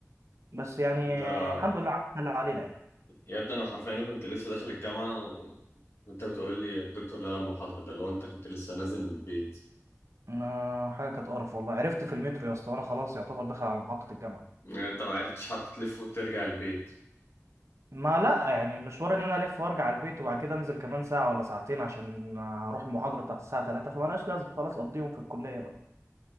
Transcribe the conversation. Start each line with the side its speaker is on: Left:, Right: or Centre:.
Right: بس يعني
Left: ده
Right: الحمد لله عملنا اللي علينا يعني
Left: يبدو انا حرفيا كنت لسه داخل الجامعة و... وانت بتقول لي الدكتور لغى المحاضرة ده اللي هو انت كنت لسه نازل من البيت
Right: ما- حاجه كانت قرف والله عرفت في المترو يا اسطى وانا خلاص يعتبر داخل على محطه الجامعه
Left: آه، انت ما عرفتش حتى تلف وترجع البيت
Right: ما لا يعني مشوار ان انا الف وارجع البيت وبعد كده انزل كمان ساعه ولا ساعتين عشان اروح المحاضره بتاعت الساعه 3 فمالهاش لازمه خلاص اقضيهم في الكليه بقى